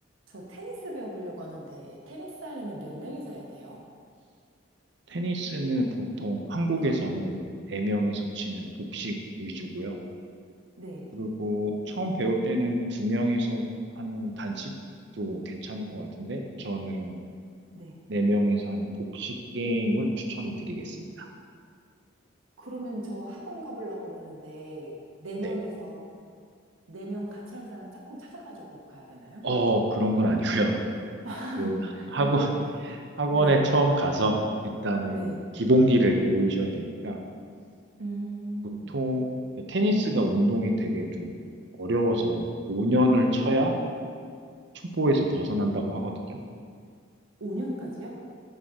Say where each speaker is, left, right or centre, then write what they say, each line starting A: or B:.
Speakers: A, on the right (about 75°); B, on the right (about 55°).
A: 저 테니스 배워보려고 하는데, 테니스 하려면 몇 명이서 해야 돼요?
B: 테니스는 보통 한국에서는
A: 네,
B: 4명이서 치는 복식 위주고요.
A: 네,
B: 그리고 처음 배울 때는 2명이서 하는 단식도 괜찮을 것 같은데 저는
A: 네.
B: 4명이서 하는 복식 게임을 추천을 드리겠습니다.
A: 그러면 저 학원 가보려고 그러는데, 네 명이서,
B: 네.
A: 네 명 같이 할 사람 짝꿍 찾아가지고 가야 되나요?
B: 어, 그런 건 아니고요.
A: <laughs>
B: <laughs> 그 학원,
A: 그건 아니에요?
B: 학원에
A: 네,
B: 처음 가서 일단은
A: 네.
B: 기본기를 배우셔야 되니까
A: 음,
B: 보통 테니스가
A: 네,
B: 운동이 되게 좀 어려워서 5년을 쳐야 초보에서 벗어난다고 하거든요.
A: 5년까지요?